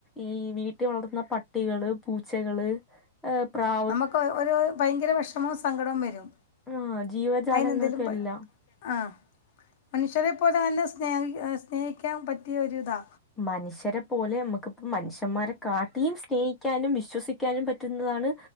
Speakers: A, in the centre; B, on the left (about 35°).
A: ഈ വീട്ടിൽ വളർന്ന പ ട്ടികൾ പൂച്ചകൾ അ പ്രാ
B: നമ്മക്ക് ഒരു ഭയങ്കര വിഷമവും സങ്കടവും വരും
A: ആഹ് ജീവജാലങ്ങൾക്കെല്ലാം
B: അയ്നെന്തേലും പ ആ മനുഷ്യരെ പോലെ തന്നെ സ്നേഹി സ്നേഹിക്കാൻ പറ്റിയ ഒര്താ
A: മനുഷ്യരെ പോലെ നമ്മുക്കിപ്പം മനുഷ്യന്മാരെ കാട്ടിയും സ്നേഹിക്കാനും വിശ്വസിക്കാനും പറ്റുന്നതാണ്